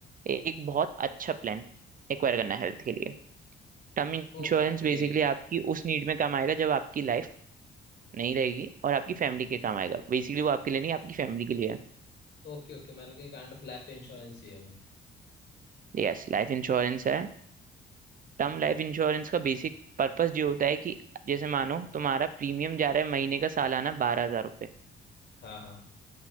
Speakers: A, on the right; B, on the left.
A: ए- एक बहुत अच्छा प्लान एक्वायर करना है हेल्थ के लिए टर्म इंश्योरेंस
B: ओके
A: बेसिकली आपकी उस नीड में काम आएगा जब आपकी लाइफ नहीं रहेगी और आपकी फैमिली के काम आएगा बेसिकली वो आपके लिए नहीं आपकी फैमिली के लिए है
B: ओके ओके मतलब कि काइंड ऑफ लाइफ इंश्योरेंस ही है वो
A: यस लाइफ इंश्योरेंस है टर्म लाइफ इंश्योरेंस का बेसिक पर्पस जो होता है कि जैसे मानो तुम्हारा प्रीमियम जा रहा है महीने का सालाना बारह हजार
B: हाँ हाँ